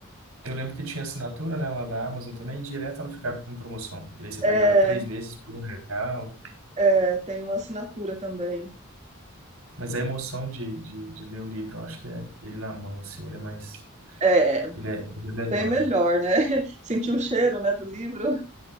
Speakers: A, on the right (about 80°); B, on the right (about 35°).
A: Eu lembro que tinha assinatura, né, lá da Amazon também, e direto ela ficava em promoção. E aí você
B: É,
A: pegava três meses por um real.
B: é, tem uma assinatura também.
A: Mas a emoção de de de ler o livro, eu acho que é ele na mão, assim, ele é mais
B: É,
A: ele é ele é melhor,
B: bem melhor,
A: né.
B: né? <laughs> Sentir o cheiro, né, do livro.